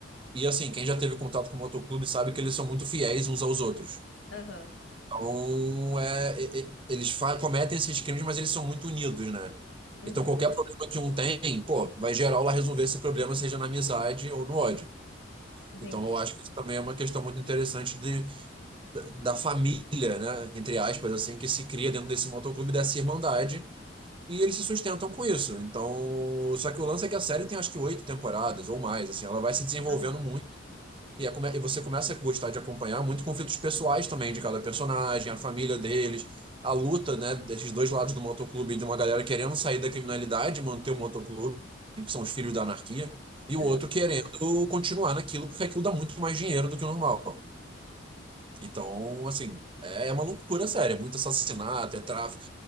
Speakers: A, on the right; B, on the left.
A: E assim, quem já teve contato com o motoclube sabe que eles são muito fiéis uns aos outros.
B: Aham,
A: Então, é, e- e- eles fa- cometem esses crimes, mas eles são muito unidos, né?
B: uhum,
A: Então, qualquer problema que um tem, pô, vai geral lá resolver esse problema, seja na amizade ou no ódio.
B: entendi.
A: Então, eu acho que isso também é uma questão muito interessante de, da família, né? Entre aspas, assim, que se cria dentro desse motoclube, dessa irmandade. E eles se sustentam com isso. Então, só que o lance é que a série tem acho que oito temporadas ou mais, assim, ela vai se desenvolvendo
B: Aham,
A: muito E, é come- e você começa a gostar de acompanhar muito conflitos pessoais também de cada personagem, a família deles, a luta, né, desses dois lados do motoclube, de uma galera querendo sair da criminalidade, manter o motoclube, que são os filhos da anarquia, e o
B: aham,
A: outro querendo continuar naquilo, porque aquilo dá muito mais dinheiro do que o normal. Então, assim, é é uma loucura séria, é muito assassinato, é tráfico,